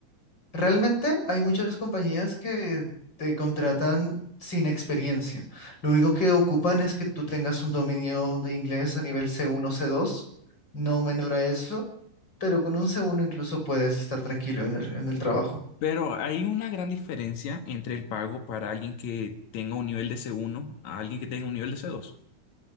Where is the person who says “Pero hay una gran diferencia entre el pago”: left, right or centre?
Left